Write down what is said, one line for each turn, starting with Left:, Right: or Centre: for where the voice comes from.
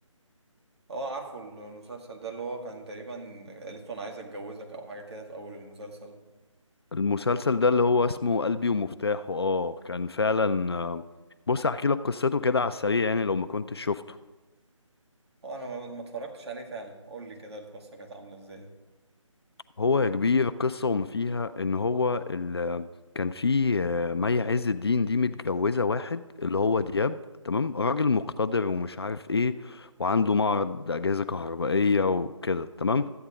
Right: اه عارفه المسلسل ده اللي هو كان تقريبا قالت له انا عايز اتجوزك او حاجه كده في اول المسلسل
Left: المسلسل ده اللي هو اسمه قلبي ومفتاحه اه كان فعلا آه، بص احكي لك قصته كده على السريع يعني لو ما كنتش شفته
Right: اه انا ما ما اتفرجتش عليه فعلا قول لي كده القصه كانت عامله ازاي
Left: هو يا كبير القصة وما فيها ان هو ال... كان في آه، مي عز الدين دي متجوزة واحد اللي هو دياب تمام راجل مقتدر ومش عارف ايه وعنده معرض اجهزة كهربائية وكده تمام